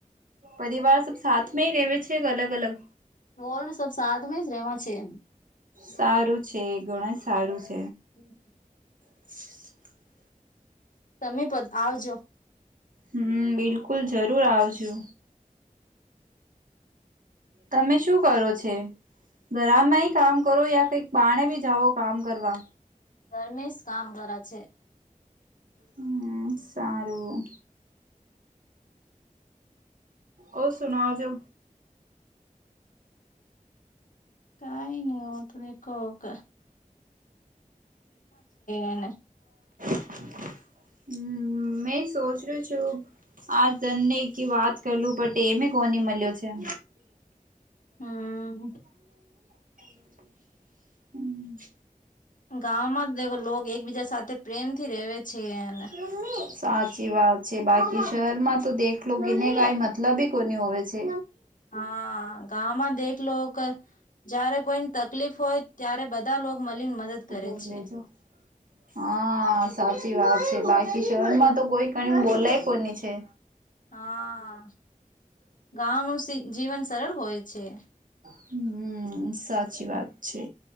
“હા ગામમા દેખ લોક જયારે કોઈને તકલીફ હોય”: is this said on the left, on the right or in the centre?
Left